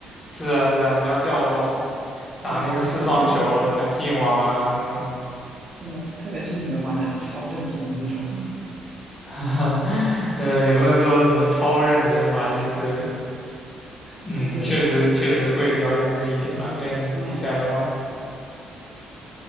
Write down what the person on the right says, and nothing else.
对，对，
真的，特别是你们玩的超认真的那种，
相对上，
嗯，